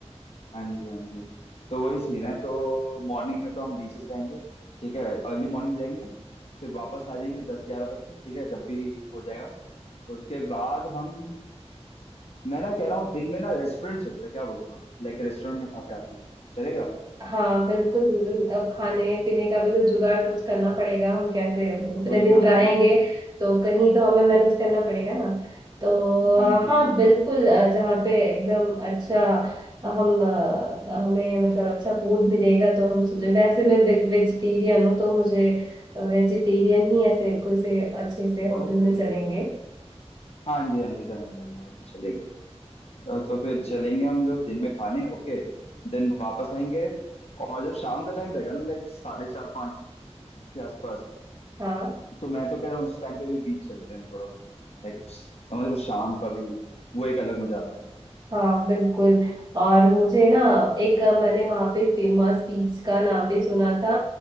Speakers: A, on the left; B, on the right.
A: हाँ जी हाँ जी तो वही सीन है तो मॉर्निंग में तो हम बीचेस जाएंगे ठीक है अर्ली मॉर्निंग जाएंगे फिर वापस आ जाएंगे दस ग्यारह तक में, ठीक है जब भी हो जाएगा उसके बाद हम मैं ना कह रहा हूँ दिन में ना रेस्टोरेंट चलते हैं, क्या बोलते हो लाइक रेस्टोरेंट में खा के आते हैं चलेगा
B: हाँ बिल्कुल बिल्कुल अब खाने पीने का भी तो जुगाड़ कुछ करना पड़ेगा हम कैसे इतने
A: वही
B: दिन
A: ना
B: रहेंगे
A: वही ना
B: तो कहीं तो हमें मैनेज करना पड़ेगा ना तो
A: हाँ
B: अ,
A: जी
B: हाँ बिल्कुल अ, जहाँ पे एकदम अच्छा हम अ, हमें मतलब अच्छा फूड मिलेगा तो हम सोचे वैसे मैं वेजिटेरियन हूँ तो मुझे वेजिटेरियन ही ऐसे कोई से अच्छे से होटल
A: ओके
B: में चलेंगे
A: हाँ जी हाँ जी डन डन वो तो चलेगा अ, तो फिर चलेंगे हम लोग दिन में खाने ओके देन वापस आएंगे और जब शाम का टाइम रहेगा ना लाइक साढ़े चार पाँच के आसपास
B: हाँ
A: तो मैं तो कह रहा हूँ उस टाइम पे भी बीच चलते हैं थोड़ा लाइक समझ लो शाम का व्यू वो एक अलग मजा आता है
B: हाँ बिल्कुल और मुझे ना एक अ, मैंने वहाँ पे फेमस बीच का नाम भी सुना था